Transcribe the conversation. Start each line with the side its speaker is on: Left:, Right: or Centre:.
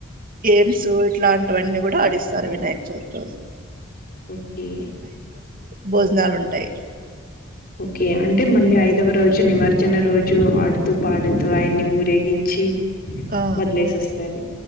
Right: గేమ్స్ ఇట్లాంటివన్నీ కూడా ఆడిస్ తరు వినాయక చవితి రోజు
Left: ఓకే
Right: భోజ్ నాలుంటాయ్
Left: ఓకే అంటే మళ్ళీ ఐదవ రోజు నిమజ్జన రోజు ఆడుతూ పాడుతూ ఆయన్ని ఊరేగించి
Right: ఆ
Left: వదిలేసొస్తారు